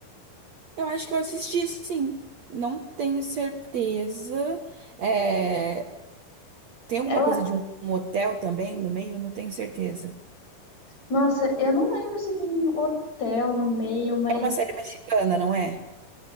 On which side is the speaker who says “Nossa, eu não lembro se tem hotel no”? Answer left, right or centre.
Left